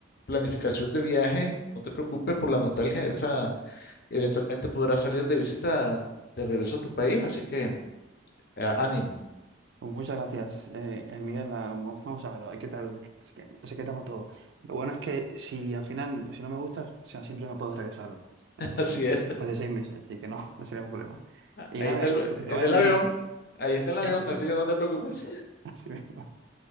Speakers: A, on the left; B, on the right.
A: planificación de viaje. No te preocupes por la nostalgia, esa eventualmente podrás salir de visita de regreso a tu país, así que eh, ánimo.
B: pues muchas gracias, eh, eh, Miguel. Ah, mo- Vamos a ver, a ver qué tal, es que, no sé qué toma todo. Lo bueno es que si al final, pues si no me gusta, o sea, siempre me puedo regresar
A: <laughs>
B: eh,
A: Así es.
B: después de seis meses, así que no, <laughs> no sería un problema. Y
A: Ahí
B: nada,
A: está el,
B: eh, pues que te
A: está
B: vaya
A: el
B: muy
A: avión,
B: bien.
A: ahí está el avión,
B: Eso, eso,
A: así que no te preocupes.
B: <laughs> así mismo.